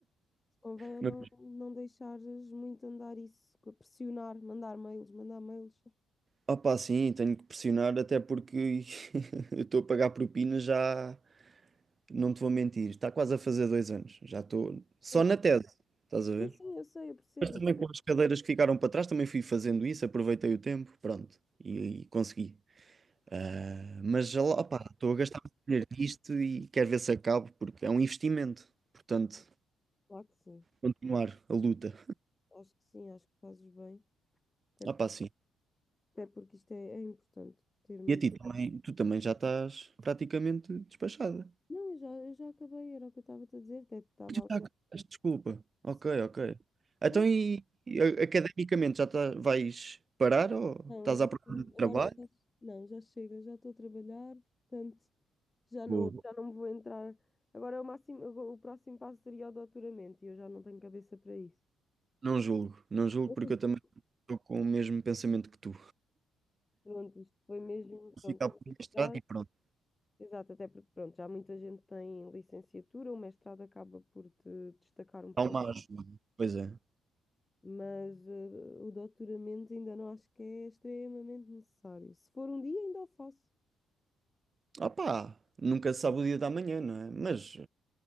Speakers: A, on the left (about 20°); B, on the right (about 35°).
A: Se convém é
B: Mas,
A: não, não deixares muito andar isso, co- pressionar, mandar mails, mandar mails.
B: opá, sim, tenho que pressionar, até porque <laughs> eu estou a pagar propinas já. Não te vou mentir, está quase a fazer dois anos. Já estou só
A: Pois.
B: na tese, estás
A: Sim,
B: a ver?
A: sim, eu sei, eu percebo.
B: Mas também com as cadeiras que ficaram para trás, também fui fazendo isso, aproveitei o tempo, pronto, e, e consegui. Ah, mas já lá, opá, estou a gastar muito dinheiro nisto e quero ver se acabo, porque é um investimento. Portanto,
A: Claro que sim,
B: continuar a luta.
A: acho que sim, acho que fazes bem. Até
B: Ah, pá, sim.
A: Até porque isto é, é importante termos.
B: E a ti também, tu também já estás praticamente despachada.
A: Não, eu já, eu já acabei, era o que eu estava-te a dizer, até estava
B: Tu já
A: ali.
B: acabaste, Desculpa. Ok,
A: Sim,
B: ok. Então,
A: Não,
B: e, e a- academicamente já tá- vais parar ou
A: não,
B: estás
A: não,
B: à procura de trabalho?
A: agora, agora já- não, já chega, já estou a trabalhar, portanto, já
B: Boa,
A: não,
B: boa.
A: já não me vou entrar. Agora é o máximo, agora o próximo passo seria o doutoramento e eu já não tenho cabeça para isso.
B: Não julgo, não julgo
A: <laughs>
B: porque eu também estou com o mesmo pensamento que tu.
A: Pronto, isto foi mesmo, pronto,
B: Ficar
A: um
B: por
A: mestrado.
B: mestrado e pronto,
A: Exato, até porque, pronto, já muita gente tem licenciatura, o mestrado acaba por te destacar um bocadinho.
B: há uma ajuda. Pois é.
A: mas eh, o doutoramento ainda não acho que é extremamente necessário. Se for um dia, ainda o faço.
B: Opá, nunca se sabe o dia da manhã, não é? Mas